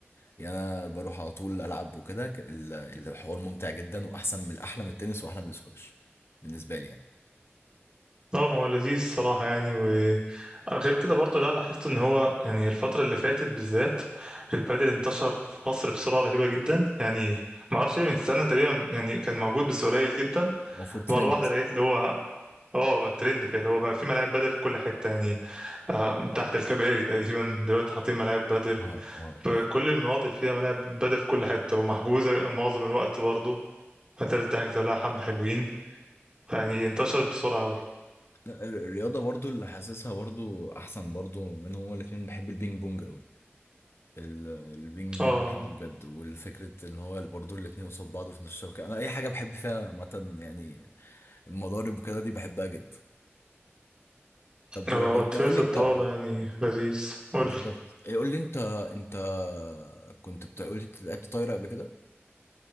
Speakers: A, on the left (about 65°); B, on the right (about 20°).
A: يعني انا بروح على طول العب وكده ك- ال- الحوار ممتع جدا واحسن من احلى من التنس واحلى من السكواش بالنسبه لي يعني
B: اه ما هو لذيذ الصراحة يعني وغير كده برضه لا لاحظت ان هو يعني الفترة اللي فاتت بالذات البادل انتشر في مصر بسرعة رهيبة جدا يعني ما اعرفش ليه من سنة تقريبا يعني كان موجود بس قليل جدا
A: هو فور ترند
B: مرة واحدة لقيت اللي هو اه بقى ترند كده اللي هو بقى في ملاعب بدل في كل حته يعني آه، من تحت الكباري تقريبا دلوقتي حاطين ملاعب بدل
A: اه اه
B: في
A: اه
B: كل المناطق فيها ملاعب بدل في كل حتة ومحجوزة معظم الوقت برضه فانت
A: لا،
B: لازم تحجز لها حبة حلوين يعني انتشرت بسرعة أوي
A: لا، الر- الرياضه برضو اللي حاسسها برضو احسن برضو منهم هما الاثنين بحب البينج بونج قوي ال- البينج بونج
B: اه
A: بحبه بجد والفكرة ان هو برضه الاتنين قصاد بعض في نفس الشبكة انا اي حاجة بحب فيها مثلا يعني المضارب وكده دي بحبها جدا طب
B: هو هو تنس
A: انت قول لي
B: الطاولة
A: انت
B: يعني لذيذ قولي
A: بالظبط إيه، قول لي انت انت كنت بتقول لي لعبت طايره قبل كده